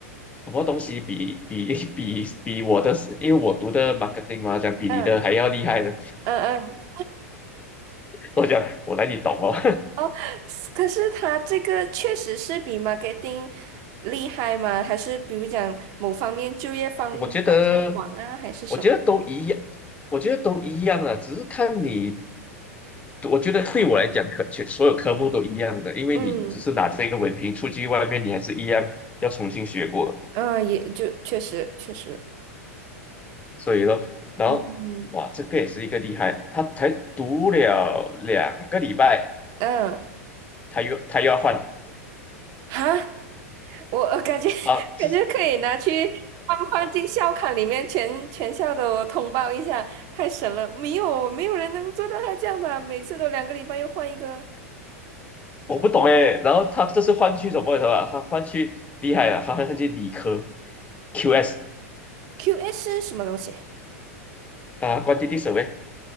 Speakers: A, on the left; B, on the right.
A: 什么东西比比 <laughs> 比比我的，因为我读的 marketing 嘛，讲比你的还要厉害呢。
B: 嗯嗯嗯。
A: 我讲我哪里懂哦，
B: 哦，是可是他这个确实是比 marketing 厉害吗？还是比如讲某方面就业方方向广啊，
A: <laughs> 我觉得
B: 还是什么？
A: 我觉得都一样，我觉得都一样啊，只是看你我觉得对我来讲，科全所有科目都一样的，因为你只是拿这个文凭出去外面，
B: 嗯
A: 你还是一样要重新学过的
B: 嗯，呃也就确实确实，
A: 所以说，然后哇，
B: 嗯
A: 这个也是一个厉害，他才读了两个礼拜，
B: 嗯，
A: 他又他又要换
B: 哈，我我感觉 <laughs>
A: 啊，
B: 感觉可以拿去放放进校刊里面，
A: 这是
B: 全全校都通报一下，太神了！没有没有人能做到他这样吧？每次都两个礼拜又换一个
A: 我不懂哎。然后他这次换去什么？的啊？吧？他换去厉害了，他换去理科 QS
B: QS 什么东西？
A: 啊关 u a n t